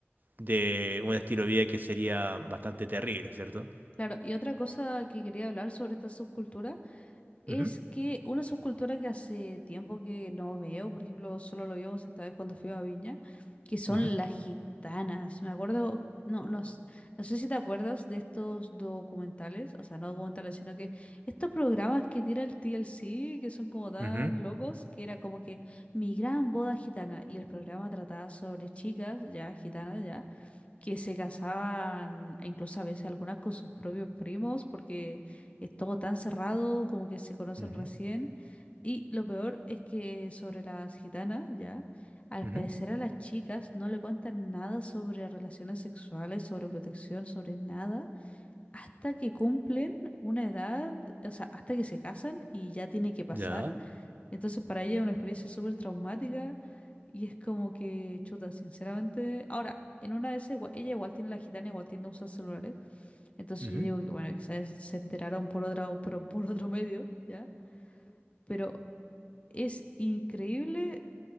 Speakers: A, on the right; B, on the left.
A: de un estilo de vida que sería bastante terrible, ¿cierto?
B: Claro, y otra cosa que quería hablar sobre esta subcultura Es
A: Ujú,
B: que una subcultura que hace tiempo que no veo, por ejemplo, solo lo vimos esta vez cuando fui a Viña, que son
A: ujú,
B: las gitanas. Me acuerdo, no, no, s- no sé si te acuerdas de estos documentales, o sea, no documentales, sino que estos programas que tira el TLC, que son como tan
A: ujú,
B: locos, que era como que mi gran boda gitana, y el programa trataba sobre chicas, ya, gitanas, ya que se casaban e incluso a veces algunas con sus propios primos porque es todo tan cerrado como que se conocen
A: ujú,
B: recién. Y lo peor es que sobre las gitanas, ya, al
A: ujú,
B: parecer a las chicas no le cuentan nada sobre relaciones sexuales, sobre protección, sobre nada, hasta que cumplen una edad, o sea, hasta que se casan y ya tiene que pasar
A: Ya.
B: entonces para ella es una experiencia súper traumática y es como que, chuta, sinceramente, ahora, en una de esas, igua- ella igual tiene la gitana, igual tiene usa celulares, entonces
A: ujú.
B: yo digo que, bueno, quizás se enteraron por otra, o por, por otro medio, ¿ya? Pero es increíble